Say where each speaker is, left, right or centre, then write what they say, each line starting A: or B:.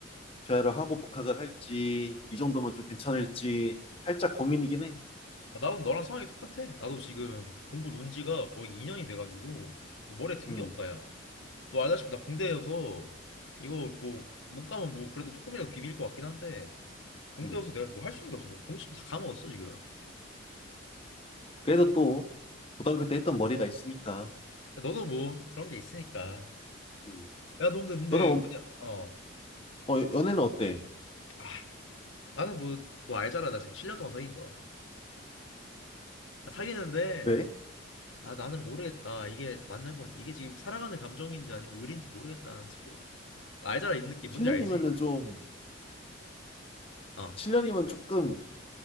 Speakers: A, on the left (about 30°); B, on the left (about 75°).
A: 재회를 하고 복학을 할지 이 정도면 좀 괜찮을지 살짝 고민이긴 해.
B: 아, 나도 너랑 상황이 똑같아. 나도 지금 공부 논 지가 거의 2년이 돼 가지고 머리에 든게
A: 음,
B: 없다, 야. 너 알다시피 나 공대여서 이거 뭐 문과면 뭐 그래도 조금이라도 비빌 것 같긴 한데 공대여서
A: 음.
B: 내가 뭐 할 수 있는 게 없어. 뭐 공식도 다 까먹었어 지금. 야,
A: 그래도 또 고등학교 때 했던 머리가 있으니까.
B: 너도 뭐 그런 게 있으니까.
A: 음.
B: 야, 너 근데 근데
A: 너는
B: 뭐냐? 어.
A: 어, 어, 연애는 어때?
B: 아, 나는 뭐 너 알잖아. 나 지금 7년 동안 사귄 거야. 나 사귀는데
A: 네?
B: 아 나는 모르겠다. 이게 맞는 건 이게 지금 사랑하는 감정인지 아니면 의리인지 모르겠다. 나는 지금 나 알잖아 이 느낌
A: 7년이면은
B: 뭔지 알지?
A: 좀
B: 어.
A: 7년이면 조금